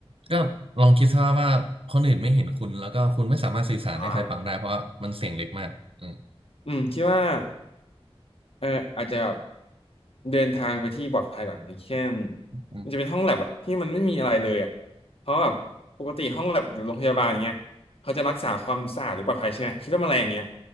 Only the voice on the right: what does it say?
ก็ลองคิดซะว่าคนอื่นไม่เห็นคุณแล้วก็คุณไม่สามารถสื่อสารให้ใครฟังได้เพราะว่ามันเสียงเล็กมากอืม
อืม